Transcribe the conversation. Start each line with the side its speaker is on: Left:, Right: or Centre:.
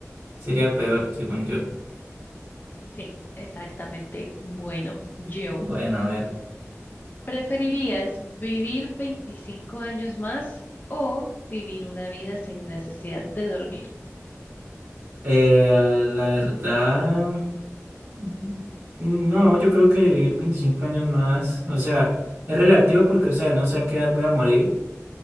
Right: sería peor, según yo.
Left: Sí, exactamente. Bueno, yo,
Right: Bueno, a ver,
Left: ¿preferirías vivir 25 años más o vivir una vida sin necesidad de dormir?
Right: eh, la verdad, mm, no, yo creo que vivir 25 años más, o sea, es relativo porque, o sea, no sé a qué edad voy a morir,